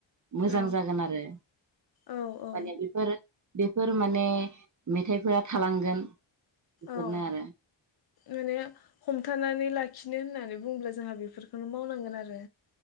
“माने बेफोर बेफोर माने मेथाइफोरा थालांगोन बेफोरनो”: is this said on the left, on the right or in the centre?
Right